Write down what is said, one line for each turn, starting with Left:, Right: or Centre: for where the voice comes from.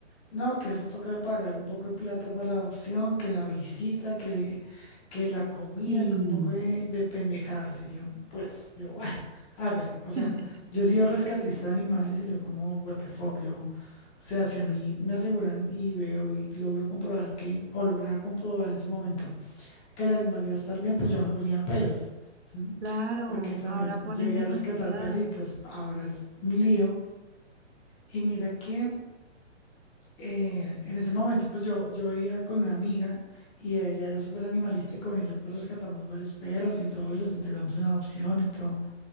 Left: No, que eso toca pagar un poco de plata para la adopción, que la visita, que, le- que la comida,
Right: Sí,
Left: que un poco de, de pendejadas. Y yo, pues, yo, bueno, hágale. O sea,
Right: <laughs>
Left: yo he sido rescatista de animales y yo como, what the fuck, yo, o sea, si a mí me aseguran y veo y logro comprobar que, o lograba comprobar en su momento que el animal iba a estar bien, pues yo no ponía peros. ¿sí?
Right: claro,
Left: Porque también
Right: ahora ponen
Left: llegué
Right: demasiado.
Left: a rescatar perritos. Ahora es un lío. Y mira que eh, en ese momento, pues yo, yo iba con una amiga y ella era súper animalista y con ella pues rescatamos varios perros y todo y los entregamos en adopción y todo.